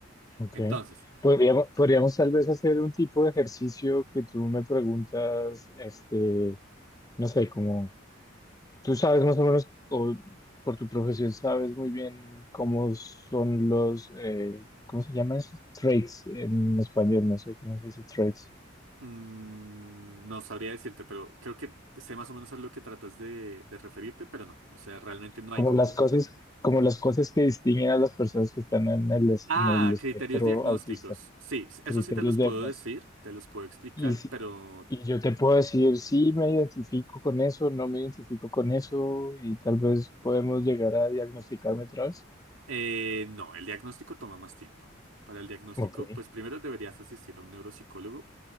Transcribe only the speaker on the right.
Entonces,
Mm, no sabría decirte, pero creo que sé más o menos a lo que tratas de, de referirte, pero no. O sea, realmente no
hay como...
Ah,
criterios diagnósticos.
Sí, s-
eso sí te los
puedo
decir, te los puedo explicar,
pero
eh, no, el diagnóstico toma más tiempo. Para el diagnóstico,
pues primero deberías asistir a un neuropsicólogo